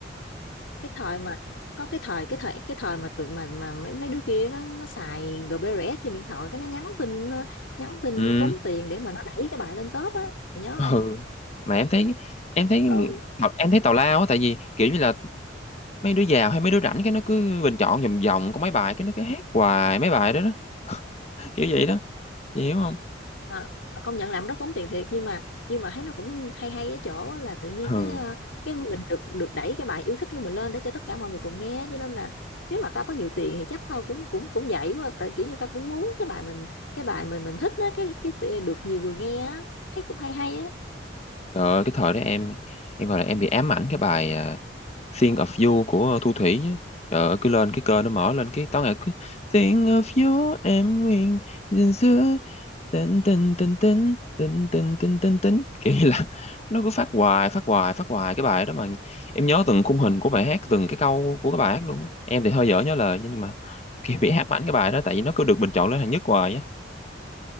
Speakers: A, on the left (about 85°); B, on the left (about 35°).
A: cái thời mà có cái thời cái thời cái thời mà tụi mà mà mấy mấy đứa kia nó nó xài GBRS trên điện thoại cái nó nhắn tin nó nhắn tin
B: ừ
A: tốn tiền để mà nó đẩy cái bài lên top á mày
B: <laughs>
A: nhớ không
B: ừ mà em thấy em thấy
A: ừ
B: em thấy tào lao á tại vì kiểu như là mấy đứa giàu hay mấy đứa rảnh cái nó cứ bình chọn vòng vòng có mấy bài cái nó cứ hát hoài mấy bài đó đó <laughs> kiểu vậy đó chị hiểu không
A: Ờ, công nhận làm rất tốn tiền thiệt nhưng mà nhưng mà thấy nó cũng hay hay ở chỗ á là tự nhiên
B: ừ
A: cái ờ, cái mình được được đẩy cái bài yêu thích của mình lên để cho tất cả mọi người cùng nghe cho nên là nếu mà tao có nhiều tiền thì chắc tao cũng cũng cũng vậy quá tại kiểu như tao cũng muốn cái bài mình cái bài mình mình thích á cái cái tự- được nhiều người nghe á thấy cũng hay hay á
B: Trời ơi, cái thời đó em em gọi là em bị ám ảnh cái bài à, Think of You của Thu Thủy á. Trời ơi, cứ lên cái kênh nó mở lên cái tối ngày cứ Think of you em nguyện gìn giữ tình tình tình tình tình tình tình tình tình kiểu như là <laughs> nó cứ phát hoài phát hoài phát hoài cái bài đó mà em nhớ từng khung hình của bài hát từng cái câu của cái bài hát luôn á em thì hơi dở nhớ lời nhưng mà kiểu bị ám ảnh cái bài đó tại vì nó cứ được bình chọn lên hạng nhất hoài á